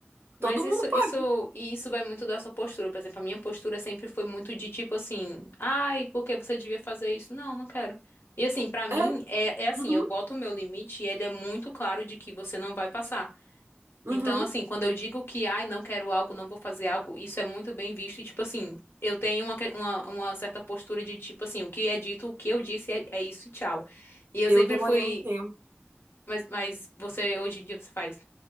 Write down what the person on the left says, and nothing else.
Mas
isso,
isso, e isso vai muito da sua postura. Por exemplo, a minha postura sempre foi muito de tipo assim, ai, por que você devia fazer isso? Não, não quero. E assim, pra mim,
é, é assim,
eu boto o meu limite e ele é muito claro de que você não vai passar.
Então, assim, quando eu digo que, ai, não quero algo, não vou fazer algo, isso é muito bem visto. E, tipo assim, eu tenho uma, que- uma, uma certa postura de, tipo assim, o que é dito, o que eu disse é, é isso e tchau. E eu
sempre
fui,
mas, mas você, hoje em dia, você faz,